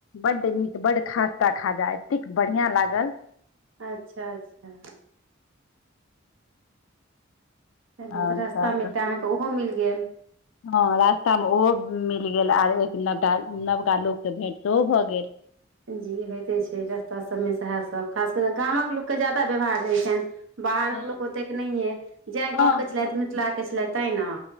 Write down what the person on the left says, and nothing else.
बड नीक बड खास्ता खाजा एतेक बढ़िया लागल
आओर
हँ रास्ता मे ओहो मिल गेल आर एक नव नवका लोक से भेंटो सेहो भए गेल।
हँ
हँ
हँ